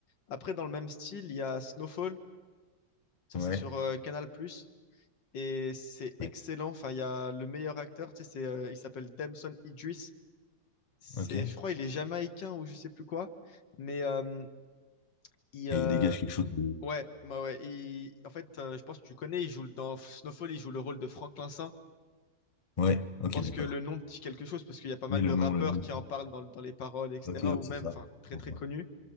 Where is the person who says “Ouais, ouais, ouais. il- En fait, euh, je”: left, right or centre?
Left